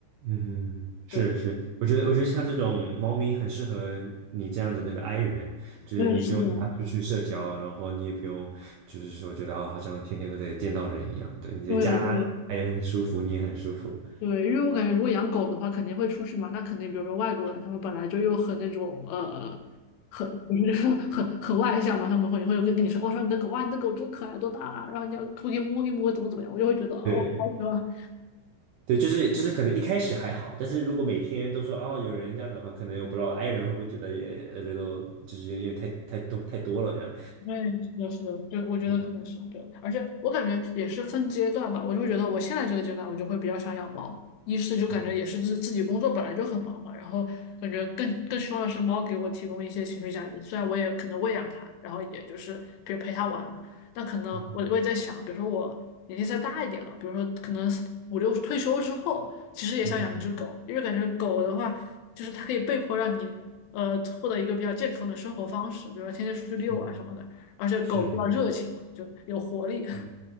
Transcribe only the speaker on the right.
嗯是是，
我觉得我觉得像这种猫咪很适合你这样子那个 i 人，就是你不用带它出去社交，
然后你也不用就是说觉得哦，好像天天都得见到人一样，对，你的家它也很舒服，
你也很舒服，
对
对，就是就是可能一开始还好，但是如果每天都说哦有人这样子的话，可能我不知道 i 人会不会觉得也 a little 就是有点太太多太多了这样。
<laughs> 我
嗯
嗯
嗯
嗯哼，
是是，
对